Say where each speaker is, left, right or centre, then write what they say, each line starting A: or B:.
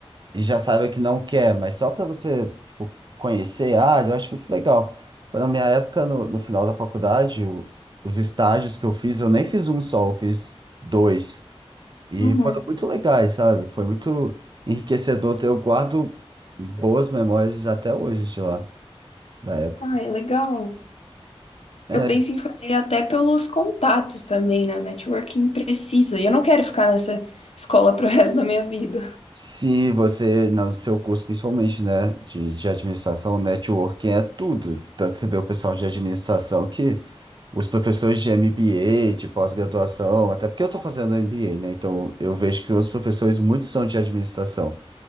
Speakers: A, on the right; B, on the left.
A: e já saiba que não quer, mas só para você, tipo, conhecer a área, eu acho muito legal. Na minha época, no, no final da faculdade, o- os estágios que eu fiz, eu nem fiz um só, eu fiz dois. E
B: Uhum.
A: foram muito legais, sabe? Foi muito enriquecedor. Eu guardo boas memórias até hoje de lá, da época.
B: Ai, legal.
A: É,
B: Eu penso em fazer até pelos contatos também, né? Networking precisa. E eu não quero ficar nessa escola pro resto da minha vida.
A: Se você, no seu curso principalmente, né, de, de administração, networking é tudo. Tanto você vê o pessoal de administração que os professores de MBA, de pós-graduação, até porque eu estou fazendo MBA, né, então eu vejo que os professores muitos são de administração.